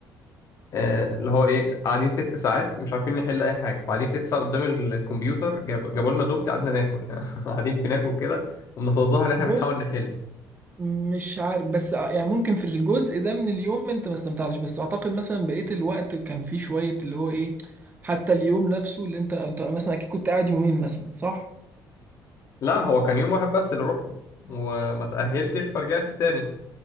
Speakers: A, on the left; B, on the right.
A: آه، اللي هو ايه قاعدين ست ساعات مش عارفين نحل اي حاجه فقاعدين ست ساعات قدام الكمبيوتر جاب جابوا لنا دومت قعدنا ناكل <laughs> قاعدين بناكل كده وبنتظاهر ان احنا
B: بص
A: بنحاول نحل
B: مش عارف بس ع- يعني ممكن في الجزء ده من اليوم انت ما استمتعتش بس اعتقد مثلا بقية الوقت كان فيه شوية اللي هو ايه حتى اليوم نفسه اللي انت انت مثلا اكيد كنت قاعد يومين مثلا صح
A: لا هو كان يوم واحد بس اللي روحته وما تاهلتش فرجعت تاني